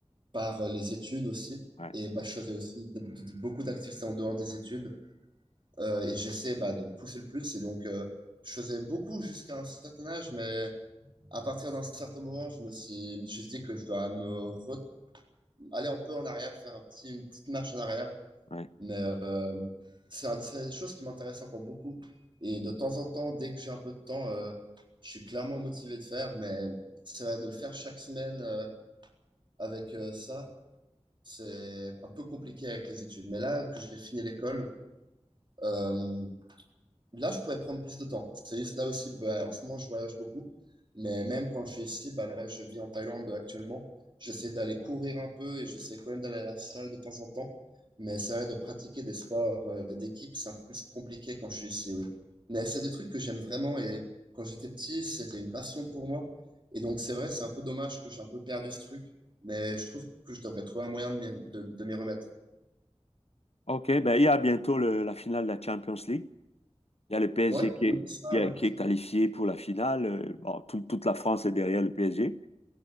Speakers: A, on the right; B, on the left.
A: par euh, les études aussi.
B: Ouais,
A: Et bah, je faisais aussi d- d- beaucoup d'activités en dehors des études. Euh, et j'essaie bah, de me pousser le plus. Et donc, euh, je faisais beaucoup jusqu'à un certain âge, mais à partir d'un certain moment, je me suis, je me suis dit que je dois me re- aller un peu en arrière, faire un petit, une petite marche en arrière.
B: ouais.
A: Mais euh, c'est un- c'est des choses qui m'intéressent encore beaucoup. Et de temps en temps, dès que j'ai un peu de temps, euh, je suis clairement motivé de faire. Mais c'est vrai, de le faire chaque semaine euh, avec euh, ça, c'est un peu compliqué avec les études. Mais là que j'ai fini l'école, euh, Là, je pourrais prendre plus de temps. C'est juste là aussi, bah, en ce moment, je voyage beaucoup. Mais même quand je suis ici, bah, là, je vis en Thaïlande euh, actuellement. J'essaie d'aller courir un peu et j'essaie quand même d'aller à la salle de temps en temps. Mais c'est vrai, de pratiquer des sports euh, d'équipe, c'est un peu plus compliqué quand je suis ici, oui. Mais c'est des trucs que j'aime vraiment et quand j'étais petit, c'était une passion pour moi. Et donc, c'est vrai, c'est un peu dommage que j'ai un peu perdu ce truc. Mais je trouve que je devrais trouver un moyen de m'y de, de m'y remettre.
B: OK, ben, il y a bientôt le- la finale de la Champions League. Il y a le PSG
A: Ouais,
B: qui
A: oui,
B: est,
A: ça,
B: qui est-
A: ouais.
B: qui est qualifié pour la finale. Euh, Bon, tout- toute la France est derrière le PSG.